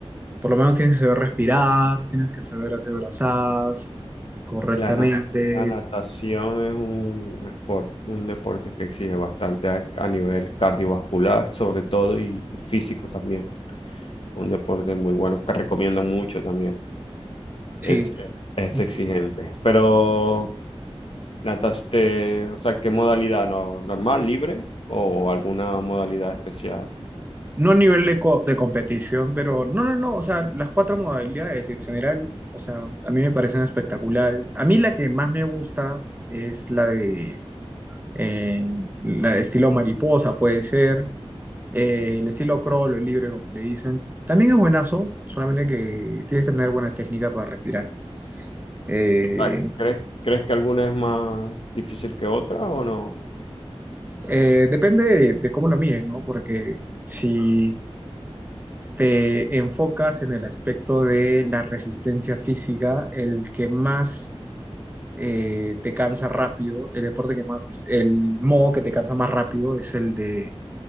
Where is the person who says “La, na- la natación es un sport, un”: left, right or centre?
Left